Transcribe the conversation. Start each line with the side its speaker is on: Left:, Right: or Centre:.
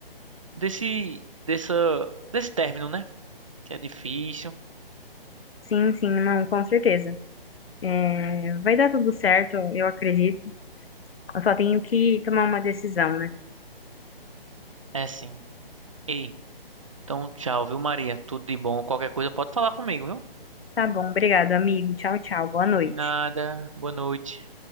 Right: desse dessa desse término, né? Que é difícil.
Left: Sim, sim, não, com certeza. É, Vai dar tudo certo, eu acredito. Eu só tenho que tomar uma decisão, né?
Right: É assim. Ei. Então, tchau, viu, Maria? Tudo de bom. Qualquer coisa pode falar comigo, viu?
Left: Tá bom, obrigado, amigo. Tchau, tchau. Boa noite.
Right: De nada. Boa noite.